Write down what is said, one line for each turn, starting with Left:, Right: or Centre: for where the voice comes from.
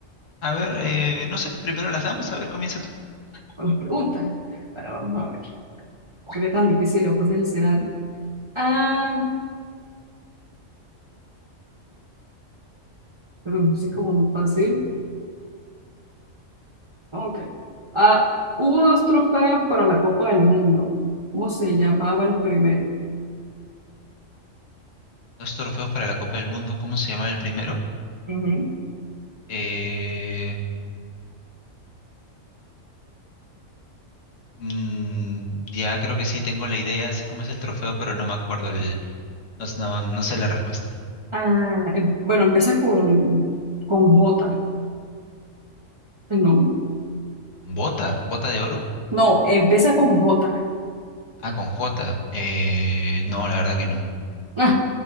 Left: A ver, eh, no sé, primero las damos, a ver, comienza tú.
Right: con las preguntas? Bueno, vamos a ver. ¿Qué tan difícil o fácil serán? Ah, pero no sé cómo muy fácil. Ah, Ok. Ah, hubo dos trofeos para la Copa del Mundo. ¿Cómo se llamaba el primero?
Left: dos trofeos para la Copa del Mundo. ¿Cómo se llama el primero?
Right: Ujú.
Left: Eh, mm, ya creo que sí tengo la idea, sé cómo es el trofeo, pero no me acuerdo el, no, no- no sé la respuesta.
Right: Ah, eh, bueno, empieza con, con J, el nombre.
Left: ¿Con bota? ¿Bota de oro?
Right: No, empieza con J.
Left: Ah, con J. Eh, no, la verdad que no.
Right: Ah,